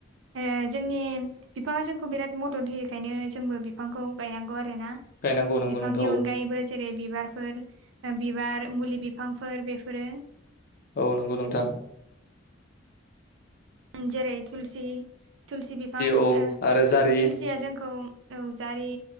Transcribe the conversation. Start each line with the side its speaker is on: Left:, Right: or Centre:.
Right: ओ जोंनि बिफाङा जोंखौ बिराद मदद होयखायनो जोंबो बिफांखौ गायनांगौ आरो ना
Left: गायनांगौ नंगौ
Right: बिफांनि
Left: नोंथां औ
Right: अनगायैबो जेरै बिबारफोर बिबार मुलि बिफांफोर बेफोरो
Left: औ नंगौ नोंथां
Right: उम जेरै थुलसि थुलसि बिफां
Left: औ
Right: थुलसिया
Left: आरो जारि
Right: जोंखौ औ जारि